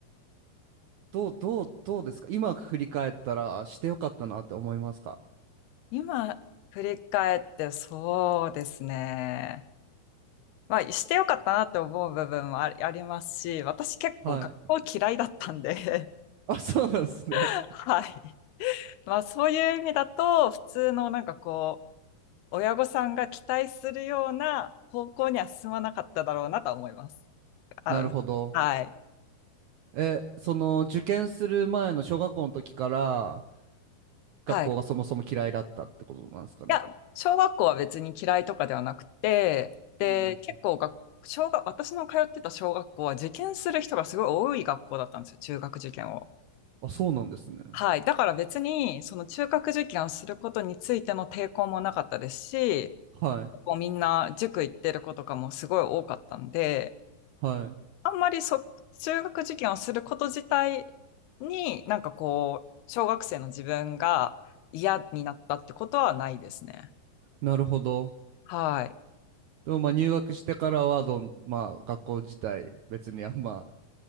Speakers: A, on the right; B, on the left.
A: どう、どう、どうですか今振り返ったらしてよかったなって思いますか
B: 今、振り返って、そうですね。まあ、してよかったなって思う部分もあり、ありますし、私結構学校嫌いだったんで
A: はい。あ、そうなんですね。
B: <laughs> はい。まあ、そういう意味だと、普通のなんかこう、親御さんが期待するような方向には進まなかっただろうなとは思います。あ、
A: なるほど。
B: はい。
A: え、その受験する前の小学校の時から学校がそもそも嫌いだったってことなんですかね。
B: はい。や、小学校は別に嫌いとかではなくて、で、
A: うんうん。
B: 結構学小学、私の通ってた小学校は受験する人がすごい多い学校だったんですよ、中学受験を。
A: あ、そうなんですね。
B: はい。だから別に、その中学受験をすることについての抵抗もなかったですし、
A: はい。
B: 結構みんな塾行ってる子とかもすごい多かったんで、
A: はい。
B: あんまりそ、中学受験をすること自体になんかこう、小学生の自分が嫌になったってことはないですね。
A: なるほど。
B: はい。
A: でもまあ入学してからはどん、まあ学校自体別にあんま